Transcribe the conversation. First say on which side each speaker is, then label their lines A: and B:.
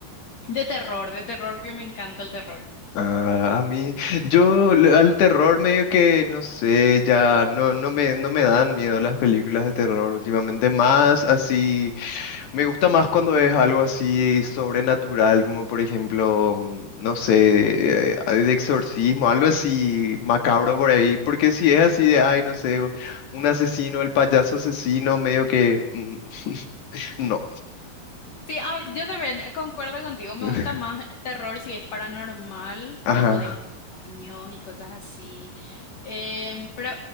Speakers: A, on the left; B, on the left.
A: de terror, de terror, porque me encanta el terror.
B: Ah, a mí,
A: Eh,
B: yo le- al terror medio que no sé, ya no, no me, no me dan miedo las películas de terror últimamente, más así, me gusta más cuando es algo así sobrenatural, como por ejemplo, mm, no sé, eh, de exorcismo, algo así macabro por ahí, porque si es así de, ay, no sé, un asesino, el payaso asesino, medio que, mm, <laughs> no.
A: Sí, ah, yo también concuerdo contigo, me
B: <laughs>
A: gusta más terror si es paranormal,
B: Ajá,
A: tipo demonios y cosas así. Em, pero